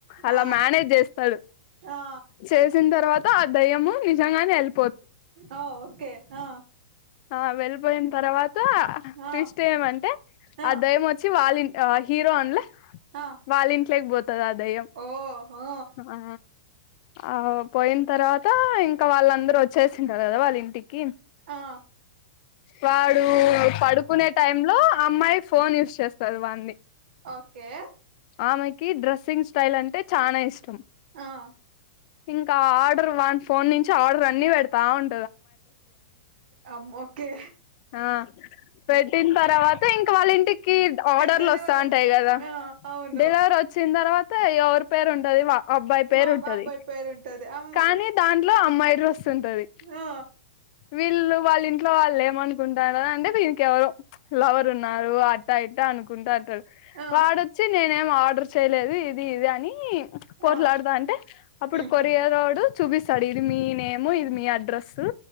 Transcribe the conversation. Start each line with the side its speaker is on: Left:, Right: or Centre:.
Left: అలా
Right: ఆ
Left: మేనేజ్ చేస్తాడు
Right: ఆ
Left: చేసిన తర్వాత ఆ దయ్యము నిజంగానే వెల్
Right: ఆ ఓకే ఆ
Left: ఆ వెళ్ళిపోయిన తర్వాత
Right: ఆ
Left: ట్విస్ట్ ఏమంటే
Right: ఆ
Left: ఆదయ్యం వచ్చి వాలిం ఆ హీరో అన్ల
Right: ఆ
Left: వాళ్ళ ఇంట్లేకి పో తది ఆ దయ్యం
Right: ఓ ఓ
Left: ఆ ఆ పోయిన తర్వాత ఇంకా వాళ్ళందరూ వచ్చేసింటారు కదా వాళ్ళింటికి
Right: ఆ
Left: వాడు పడుకునే టైంలో అమ్మాయి ఫోన్ యూజ్ చేస్తాది వాన్ది
Right: ఓకే
Left: ఆమెకి డ్రెస్సింగ్ స్టైల్ అంటే చానా ఇష్టం
Right: ఆ
Left: ఇంకా ఆర్డర్ వాన్ ఫోన్ నుంచి ఆర్డర్ అన్ని పెడతా ఉం
Right: అమ్ ఓకే
Left: ఆ పెట్టిన్ తర్వాత ఇంకా వాళ్ళింటికి ఆర్డర్లు
Right: డెలివరీ
Left: వస్తాంటాయి
Right: వస్తది
Left: కదా
Right: ఆ అవును
Left: డెలివరీ వచ్చిన తర్వాత ఎవరి పేరు ఉంటది వా అబ్బాయి పేరు
Right: మా
Left: ఉంటది
Right: అబ్బాయి పేరు ఉంటది అమ్మాయి
Left: కానీ దాం ట్లో అమ్మాయి డ్రెస్ ఉంటది
Right: ఆ
Left: వీళ్ళు వాళ్ళింట్లో వాళ్ళు ఏమనుకుంటార అంటే వినికి ఎవరో లవర్ ఉన్నారు అట్ట ఇట్ట అనుకుంటూ అంటారు
Right: ఆ
Left: వాడొచ్చి నేనేం ఆ ర్డర్ చేయలేదు ఇది ఇది అని పోట్లాడదా
Right: ఆ
Left: అంటే అప్పుడు
Right: ఉమ్
Left: కొరియారోడు చూపిస్తాడు ఇది మీ నేము ఇది మీ అడ్రస్సు